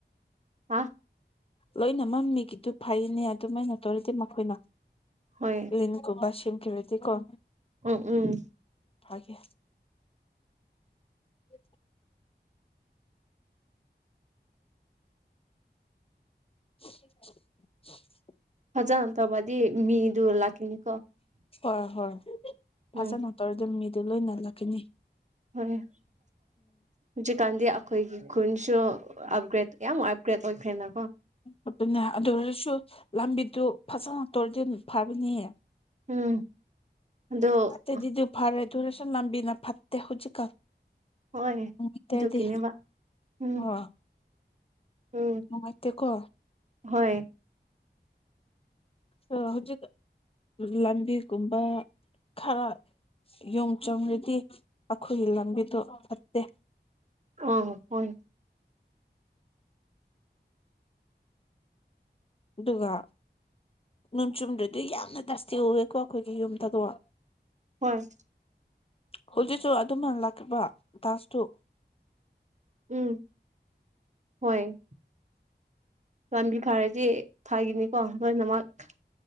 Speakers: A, on the right; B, on the left.
A: ꯍꯥ
B: ꯂꯣꯏꯅ ꯃꯝꯃꯤꯒꯤꯗꯨ ꯐꯩꯅꯦ ꯑꯗꯨꯝꯃꯥꯏꯩꯅ ꯇꯧꯔꯤꯗꯤ ꯃꯈꯣꯏꯅ
A: ꯍꯣꯏ
B: ꯂꯤ ꯀꯨ ꯁꯤꯝ ꯈꯕꯦꯗꯤ ꯀꯣꯣꯟ
A: ꯎꯝ ꯎꯝ
B: ꯐꯒꯦ ꯎ <inaudible>
A: ꯐꯖꯅ ꯇꯧꯕꯗꯤ ꯃꯤꯗꯨ ꯂꯥꯛꯀꯅꯤ
B: ꯍ ꯍꯣꯏ ꯐꯖꯅ
A: ꯎꯝ
B: ꯇꯧꯔꯗꯤ ꯃꯤꯗꯨ ꯂꯣꯏꯅꯜꯂꯛꯈꯤꯅꯤ
A: ꯍꯣꯏ ꯍꯧꯖꯤ ꯀꯥꯟꯗꯤ ꯑꯩꯈꯣꯏꯒꯤ ꯈꯨꯟꯁꯨ ꯑꯞꯒ꯭ꯔꯦꯗ ꯌꯥꯝ ꯑꯞꯒ꯭ꯔꯦꯗ ꯑꯣꯏꯈ꯭ꯔꯦꯅ
B: ꯑꯗꯨꯅꯦ ꯑꯗꯨ ꯑꯣꯏꯔꯁꯨ ꯂꯝꯕꯤꯗꯨ ꯐꯖꯅ ꯇꯣꯔ ꯇꯤꯟ ꯐꯕꯅꯤꯌꯦ
A: ꯎꯝ ꯑꯗꯣ
B: ꯑꯦ ꯗꯗꯨ ꯐꯔꯦ ꯗꯨꯔꯁꯣꯟ ꯅꯕꯤꯅ ꯐꯠꯇꯦ ꯍꯨꯖꯀ
A: ꯍꯣꯏ
B: ꯏꯇꯗꯤ
A: ꯑꯗꯨꯒꯤꯅꯦꯕ ꯎꯝ
B: ꯑ
A: ꯎꯝ
B: ꯃꯉꯥꯏꯠꯇ ꯀꯣ
A: ꯍꯣꯏ
B: ꯑ ꯍꯧꯖꯤꯛ ꯂꯝꯕꯤꯒꯨꯝꯕ ꯈꯔ ꯌꯣꯨꯝ ꯆꯣꯡꯔꯗꯤ ꯑꯩꯈꯣꯏꯒꯤ ꯂꯝꯕꯤꯗꯣ ꯐꯠꯇꯦ
A: ꯑ ꯍꯣꯏ
B: ꯑꯗꯨꯒ ꯅꯣꯡ ꯆꯨꯝꯗ꯭ꯔꯗꯤ ꯌꯥꯝꯅ ꯗꯁꯇꯤ ꯑꯣꯏꯑꯦꯀꯣ ꯑꯩꯈꯣꯏꯒꯤ ꯌꯨꯝꯗꯗꯣ
A: ꯍꯣꯏ
B: ꯍꯧꯖꯤꯛꯁꯨ ꯑꯗꯨꯃ ꯂꯥꯛꯕ ꯗꯥꯁꯇꯨ
A: ꯎꯝ ꯍꯣꯏ ꯂꯝꯕꯤ ꯐꯔꯗꯤ ꯐꯒꯤꯅꯤꯀꯣ ꯂꯣꯏꯅꯃꯛ